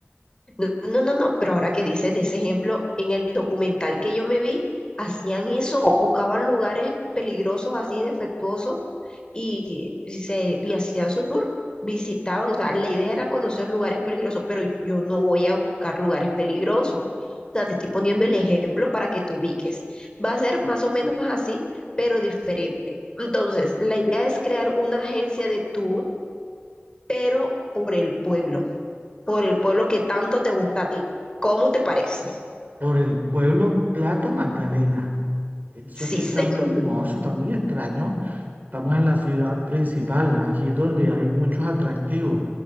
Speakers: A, on the left; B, on the right.
A: No, no, no, no, pero ahora que dices de ese ejemplo, en el documental que yo me vi, hacían eso, buscaban lugares peligrosos, así defectuosos, y, y se, y hacían su tour, visitaban, o sea, la idea era conocer lugares peligrosos, pero yo no voy a buscar lugares peligrosos. O sea, te estoy poniendo el ejemplo para que te ubiques. Va a ser más o menos así, pero diferente. Entonces, la idea es crear una agencia de tour, pero por el pueblo por el pueblo que tanto te gusta a ti. ¿Cómo te parece?
B: Por el pueblo Plato Magdalena. Eso
A: Sí,
B: sí está
A: señor.
B: muy, no, eso está muy extraño. Estamos en la ciudad principal, aquí es donde hay muchos atractivos.